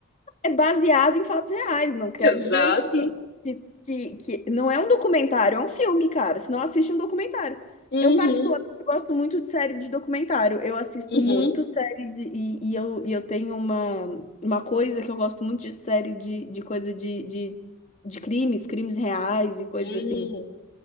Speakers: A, on the left; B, on the left.
A: é baseado em fatos reais, não quer
B: Exato.
A: dizer que, que, que, que- não é um documentário, é um filme, cara. Se não assiste um documentário.
B: Uhum,
A: Eu, particularmente, gosto muito de série de documentário. Eu assisto
B: uhum,
A: muito série de, e, e eu, e eu tenho uma, uma coisa que eu gosto muito de série de, de coisa de, de, de crimes, crimes reais e coisas
B: uhum.
A: assim.